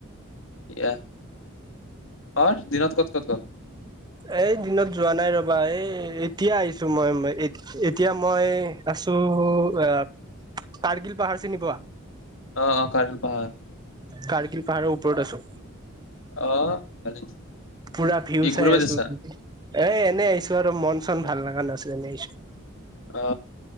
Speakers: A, on the left (about 65°); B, on the right (about 20°).
A: দিয়া। অ, দিনত ক'ত ক'ত‌ গ'ল?
B: এই দিনত যোৱা নাই ৰবা, এই এতিয়া আহিছোঁ। মই এতিয়া মই আছোঁ, এই কাৰ্গিল পাহাৰ চিনি পোৱা?
A: অ, কাৰ্গিৰ পাহাৰ।
B: কাৰ্গিল পাহাৰৰ ওপৰত আছোঁ।
A: অ ভালে
B: পুৰা ভিউ
A: কি
B: চাই
A: ঘূৰিব
B: আছো
A: যাইছা
B: এ এনেই আইছো আৰু মন ভাল লাগা নাছিল এনেই আইছো
A: অ